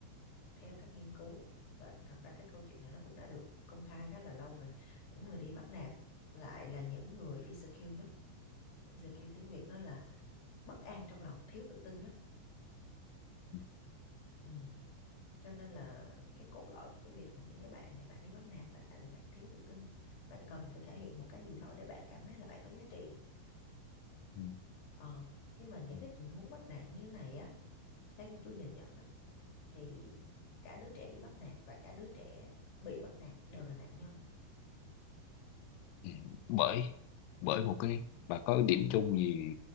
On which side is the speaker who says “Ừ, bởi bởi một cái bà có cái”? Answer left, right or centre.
Left